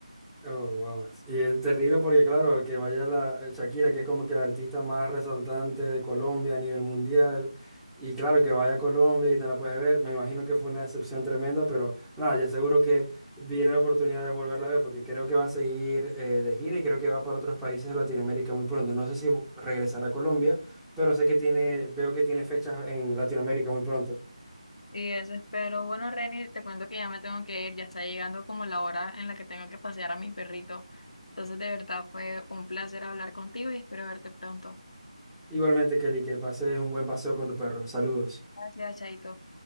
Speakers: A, in the centre; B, on the left.
A: Oh, wow. Y es terrible porque, claro, que vaya la eh, Shakira, que es como que la artista más resaltante de Colombia a nivel mundial. Y claro, que vaya a Colombia y no la puedes ver. Me imagino que fue una decepción tremenda, pero nada, ya seguro que viene la oportunidad de volverla a ver porque creo que va a seguir eh, de gira y creo que va para otros países de Latinoamérica muy pronto. No sé si regresará a Colombia, pero sé que tiene, veo que tiene fechas en Latinoamérica muy pronto.
B: Y eso espero. Bueno, Reni, te cuento que ya me tengo que ir, ya está llegando como la hora en la que tengo que pasear a mi perrito. Entonces, de verdad fue un placer hablar contigo y espero verte pronto.
A: Igualmente, Kelly, que pases un buen paseo con tu perro. Saludos.
B: Gracias, Chaito.